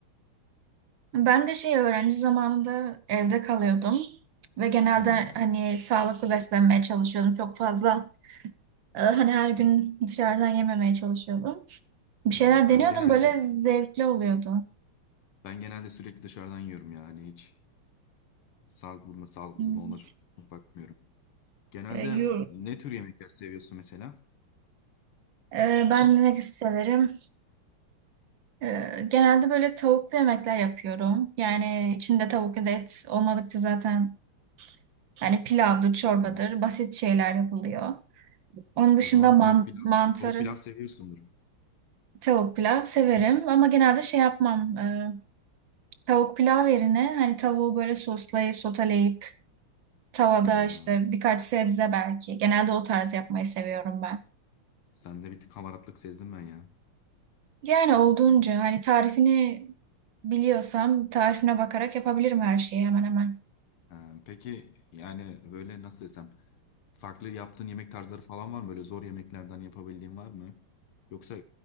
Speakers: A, on the right; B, on the left.
A: Ben de şey öğrenci zamanında evde kalıyordum ve genelde
B: Hmm.
A: hani sağlıklı beslenmeye çalışıyordum. Çok fazla e, hani her gün dışarıdan yememeye çalışıyordum. Bir şeyler
B: Ha, ben
A: deniyordum
B: genelde
A: böyle zevkli oluyordu.
B: Ben genelde sürekli dışarıdan yiyorum yani hiç sağlıklı mı sağlıksız
A: Hmm.
B: mı ona çok, çok bakmıyorum. Genelde
A: E, yu-
B: ne tür yemekler seviyorsun mesela?
A: e, ben ne severim? E, genelde böyle tavuklu yemekler yapıyorum. Yani içinde tavuk ya da et olmadıkça zaten hani pilavdır, çorbadır,
B: Ha.
A: basit şeyler yapılıyor. Onun dışında
B: O zaman
A: man
B: tavuk pilav,
A: mantarı.
B: tavuk pilav seviyorsundur.
A: Tavuk pilav severim ama genelde şey yapmam. Ee, tavuk pilav yerine hani tavuğu böyle soslayıp soteleyip tavada
B: Ha,
A: işte birkaç sebze belki. Genelde o tarz yapmayı seviyorum ben.
B: sende bir tık hamaratlık sezdim ben ya.
A: Yani olduğunca hani tarifini biliyorsam tarifine bakarak yapabilirim her şeyi hemen hemen.
B: Ha, peki yani böyle nasıl desem farklı yaptığın yemek tarzları falan var mı? Böyle zor yemeklerden yapabildiğin var mı? Yoksa